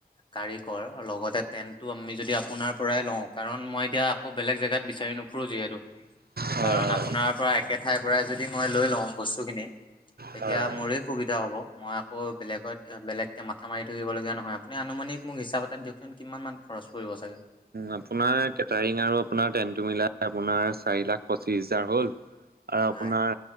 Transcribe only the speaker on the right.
হয়
হয়
হয় হয়
আপোনাৰ কেটাৰিং আৰু আপোনাৰ টেনটো মিলাই আপোনাৰ চাৰি লাখ পঁচিছ হোজাৰ হ'ল। আৰু আপোনাৰ